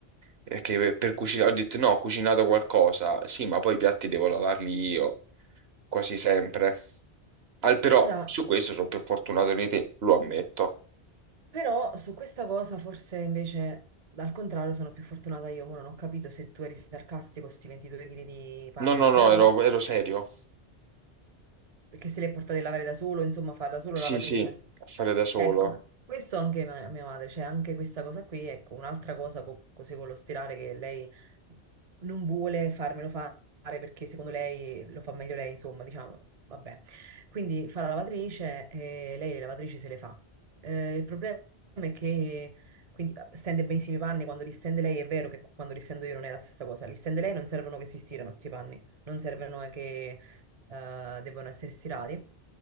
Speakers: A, on the right; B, on the right.
A: Perché per cucinare, ho detto: No, ho cucinato qualcosa, sì, ma poi i piatti devo lavarli io quasi sempre. Al però
B: Allora,
A: su questo sono più fortunato di te, lo ammetto.
B: Però su questa cosa forse invece al contrario sono più fortunata io, ora non ho capito se tu eri sarcastico con sti 22 kg di panni,
A: No, no,
B: però
A: no, ero, ero serio.
B: perché se li è portati a lavare da solo, insomma fa da solo
A: Sì,
B: lavatrice.
A: sì, a fare da solo.
B: Ecco, questo anche ma- mia madre, c'è anche questa cosa qui, ecco, un'altra cosa co- così con lo stirare che lei non vuole farmelo fare perché secondo lei lo fa meglio lei, insomma, diciamo, vabbè. Quindi fa la lavatrice e lei le lavatrici se le fa. Eh, il problema è che quindi stende benissimo i panni, quando li stende lei è vero che quando li stendo io non è la stessa cosa, li stende lei non servono che si stirano sti panni, non servono che eh, devono essere stirati.